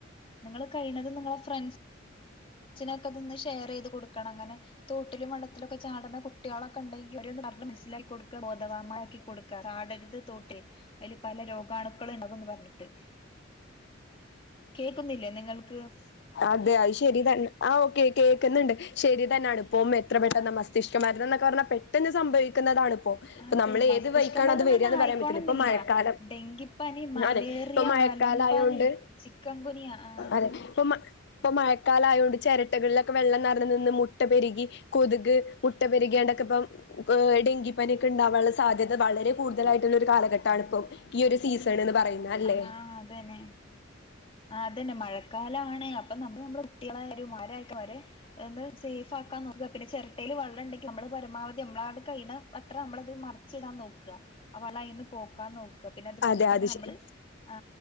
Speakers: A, on the left; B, on the left.
A: നിങ്ങൾ കഴിഞ്ഞത് നിങ്ങളെ ഫ്രണ്ട്സ്സിനൊക്കെ അതൊന്ന് ഷെയർ ചെയ്ത് കൊടുക്കണം അങ്ങനെ തോട്ടിലും വെള്ളത്തിലുംൊക്കെ ചാടുന്ന കുട്ടികളൊക്കെണ്ടെങ്കി മസ്സിലാക്കടുക്ക ബോധവമാക്കി കൊടുക്കുക പടരുത് തോട്ടെ അതില് പല രോഗാണുക്കൾ ഉണ്ടവന്ന് പറഞ്ഞിട്ട് കേൾക്കുന്നില്ലേ നിങ്ങൾക്ക്
B: അതെ അത് ശരി തന്നെ ആ് ഓക്കെ കേക്കുന്നുണ്ട് ശരി തന്നൊണ് ഇപ്പ എത്ര പെട്ടെന്ന്
A: ആഹ്
B: മസ്തിഷ്കമാരണം എന്നൊക്ക പറാഞാൽ പെട്ടെന്ന് സംഭവിക്കുന്നതാണ്
A: അതെ
B: നമ്മൾ
A: മസ്തിഷ്ക
B: ഏത് വൈിക്കാണ്
A: മരണം
B: അത് വരിന്ന്
A: തന്നെ ആയിക്കോണംന്നില്ല
B: പറയാൻ പറ്റില്ല ഇപ്പ മഴക്കാലം
A: ഡെങ്കിപ്പനി മലേറിയ
B: അതെ
A: മലമ്പനി
B: മഴക്കാലമായോണ്ട്
A: ചിക്കൻ ഗുനിയ ആഹ്
B: അതെ ഇപ്പ ഇപ്പൊ മഴക്കാലയതുകൊണ്ട് ചിരട്ടകളിലൊക്കെ വെള്ളം നിറഞ്ഞു നിന്ന് മുട്ട പെരുകി കൊതുക് കുറ്റപ്പെരുകേണ്ടൊക്കെ ഇപ്പം ഡെങ്കിപ്പനിയൊക്കെ ഉണ്ടാകാനുള്ള സാധ്യത വളരെ കൂടുതലായിട്ടുള്ളൊ ഒരു കാലഘട്ടമാണ് ഇപ്പം ഈ ഒരു സീസൺന്ന് പറയുന്ന അല്ലേ
A: ആഹ് അതന്നെ ആ അതന്നെ മഴക്കാലാണ് അപ്പൊ നമ്മള് നമ്മുടെ കുട്ടികളായ ഓരോത്തരെ ഒന്ന് സേഫ്ക്കാൻ നോുക പിന്നെ ചിരട്ടയിൽ വെള്ളമുണ്ടെങ്കിൽ നമ്മള് പരമാവധി നമ്മള അത്ര നമ്മൾ ഇത് മറിച്ചിടാൻ നോക്ക് പോക്കാൻ നോക്കുക പിന്നെ അതുപോലെ
B: അതെ
A: തന്നെ
B: അത്
A: നമ്മൾ
B: ശരി
A: ആ